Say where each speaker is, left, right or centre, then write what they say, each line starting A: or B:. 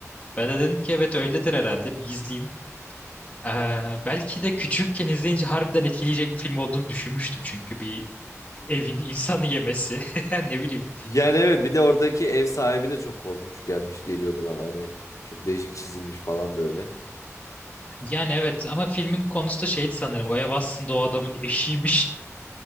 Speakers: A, on the left; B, on the left.
A: Ben de dedim ki evet öyledir herhalde bir izleyeyim. Ee, belki de küçükken izleyince harbiden etkileyecek bir film olduğunu düşünmüştüm. Çünkü bir evin insanı yemesi. <laughs> Ne bileyim.
B: Yani evet bir de oradaki ev sahibi de çok korkunç gelmiş geliyordu bana hani çok değişik çizilmiş falan böyle.
A: Yani evet ama filmin konusu da şeydi sanırım. O ev aslında o adamın eşiymiş.